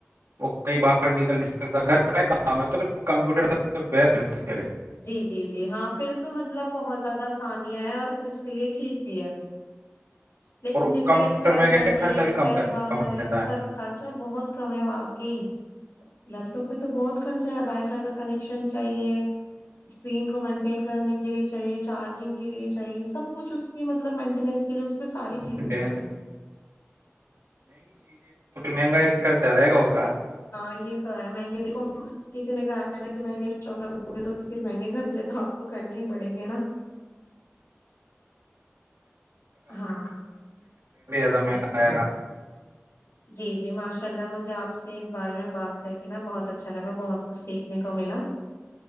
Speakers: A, on the right; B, on the left.
A: وہ کئی باہر نکل سکتا گھر کا ہی کام ہے تو کمپیوٹر سب سے بیسٹ ہے
B: جی جی جی ہاں پھر تو مطلب بہت زیادہ آسان ہے اور پھر اس کے لیئے ٹھیک بھی ہے لیکن
A: اور
B: جس
A: کمپیوٹر
B: کا ایک پیر گھر
A: کیا
B: میں
A: خرچہ
B: ایک
A: بھی
B: پیر
A: کم
B: باہر
A: کم
B: ہے
A: رہتا
B: خرچہ بہت کم ہے واقعی لیپ ٹاپ پہ تو بہت خرچہ ہے وائی فائی کا کنیکشن چاہیے اسکرین کو مینٹین کرنے کے لیے چاہیے چارجنگ کے لیے چاہیے سب کچھ اس کی مطلب مینٹیننس کے لیے اس کو ساری چیزیں
A: ہے
B: چاہیئیں
A: منگائی کر چرگوکا
B: یہ تو مہنگے دیکھو کسی نے کہا ہے نا کہ مہنگے شوق لگؤ گے تو پھر مہنگے خرچے تو آپ کو کرنے ہی پڑیں گے نا ہاں
A: زیادہ مہنگا
B: جی
A: آئے گا
B: جی جی ماشاء اللہ مجھے آپ سے اس بارے میں بات کر کے نا بہت اچھا لگا بہت کچھ سیکھنے کو ملا